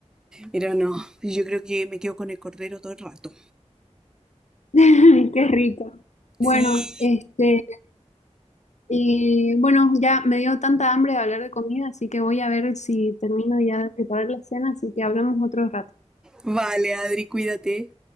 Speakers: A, in the centre; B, on the left.
A: pero no, yo creo que me quedo con el cordero todo el rato.
B: <laughs> Qué rico. Bueno,
A: Sí,
B: este, y bueno, ya me dio tanta hambre de hablar de comida, así que voy a ver si termino ya de preparar la cena, así que hablamos otro rato.
A: vale, Adri, cuídate.